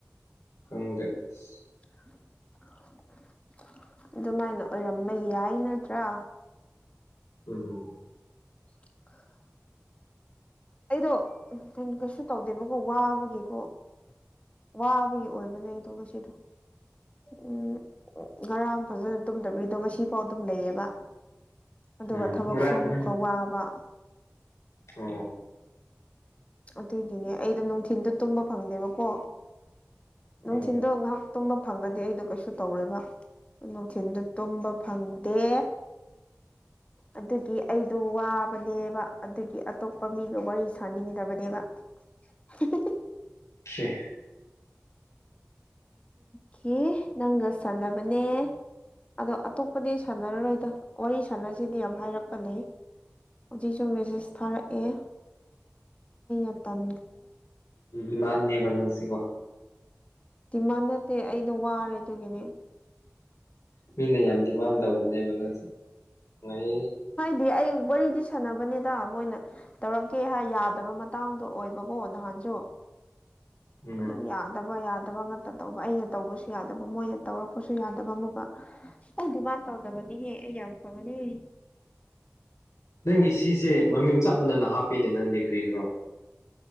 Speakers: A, on the left; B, on the left.
A: ꯐꯪꯗꯦꯁ
B: <unintelligible> ꯑꯗꯨꯃꯥꯏꯅ ꯑꯣꯏꯔꯝꯕ ꯌꯥꯏ ꯅꯠꯇ꯭ꯔꯥ
A: ꯎꯝ
B: <unintelligible> ꯑꯩꯗꯣ ꯀꯩꯁꯨ ꯇꯧꯗꯦꯕꯀꯣ ꯋꯥꯕꯒꯤꯦꯀꯣ ꯋꯥꯕꯒꯤ ꯑꯣꯏꯕꯅꯦ ꯑꯗꯨꯒ ꯁꯤꯗꯣ ꯎꯝ ꯉꯔꯥꯡ ꯐꯖꯅ ꯇꯨꯝꯗꯕꯤꯔꯤꯗꯣ ꯉꯁꯤ ꯐꯥꯎ ꯑꯗꯨꯝ ꯂꯩꯌꯦꯕ ꯑꯗꯨꯒ
A: ꯎꯝ
B: ꯊꯕꯛꯁꯨ ꯑꯃꯨꯛꯀ ꯋꯥꯕ
A: ꯑꯣ
B: ꯑꯗꯨꯒꯤꯅꯦ ꯑꯩꯗꯣ ꯅꯨꯡꯊꯤꯟꯜꯗ ꯇꯨꯝꯕ ꯐꯪꯗꯦꯕꯀꯣ ꯅꯨꯡꯊꯤꯟꯗꯣ
A: ꯎꯝ
B: ꯉꯥꯏꯍꯥꯛ ꯇꯨꯝꯕ ꯐꯪꯉꯗꯤ ꯑꯩꯗꯣ ꯀꯩꯁꯨ ꯇꯧꯔꯦꯕ ꯅꯨꯡꯊꯤꯜꯗ ꯇꯨꯝꯕ ꯐꯪꯗꯦ ꯑꯗꯨꯒꯤ ꯑꯩꯗꯣ ꯋꯥꯕꯅꯦꯕ ꯑꯗꯨꯒꯤ ꯑꯇꯣꯞꯄ ꯃꯤꯒ ꯋꯥꯔꯤ ꯁꯥꯅꯤꯡꯗꯕꯅꯦꯕ <unintelligible>
A: ꯍꯦ
B: ꯀ ꯅꯪꯒ ꯁꯥꯟꯅꯕꯅꯦ ꯑꯗꯣ ꯑꯇꯣꯞꯄꯗꯤ ꯑꯩ ꯁꯥꯟꯅꯔꯔꯣꯏꯗ ꯋꯥꯔꯤ ꯁꯥꯟꯅꯔꯁꯤ ꯁꯤꯗꯤ ꯌꯥꯝ ꯍꯥꯏꯔꯛꯄꯅꯦ ꯍꯧꯖꯤꯛꯁꯨ ꯃꯦꯁꯦꯁ ꯊꯥꯔꯛꯑꯦ ꯑ ꯇꯝ
A: ꯎꯃꯥꯟꯅꯤꯃꯦ ꯅꯪꯁꯤꯀꯣ
B: ꯗꯤꯃꯥꯟ ꯅꯠꯇꯦ ꯑꯩꯗꯣ ꯋꯥꯔꯦ ꯑꯗꯨꯒꯤꯅꯦ
A: ꯃꯤꯅ ꯌꯥꯝ ꯗꯤꯃꯥꯟ ꯇꯧꯕꯅꯦꯕ ꯅꯁ ꯉꯍ
B: ꯗꯤ ꯑꯩ ꯋꯥꯔꯤꯗꯤ ꯁꯥꯟꯅꯕꯅꯤꯗ ꯃꯣꯏꯅ ꯇꯧꯔꯛꯀꯦ ꯍꯥꯏ ꯌꯥꯗꯕ ꯃꯇꯥꯡꯗꯣ ꯑꯣꯏꯕꯀꯣ ꯅꯍꯥꯟ ꯌꯣ
A: ꯎꯝ
B: ꯑꯗꯨꯝ ꯌꯥꯗꯕ ꯌꯥꯗꯕ ꯉ ꯇ ꯇꯧꯕ ꯑꯩꯅ ꯇꯧꯕꯁꯨ ꯌꯥꯗꯕ ꯃꯣꯏꯅ ꯇꯧꯔꯛꯄꯁꯨ ꯌꯥꯗꯕ ꯑꯃꯒ ꯑꯩ ꯗꯤꯃꯥꯟ ꯇꯧꯗꯕꯅꯤꯍꯦ ꯌꯥꯝ ꯐꯕꯅꯤ
A: ꯅꯪꯒꯤ ꯁꯤꯁꯦ ꯃꯃꯤꯡ ꯆꯞ ꯃꯥꯟꯅꯅ ꯍꯥꯞꯄꯤꯅꯦ ꯅꯪꯗꯤ ꯀ꯭ꯔꯤꯈ꯭ꯔꯣ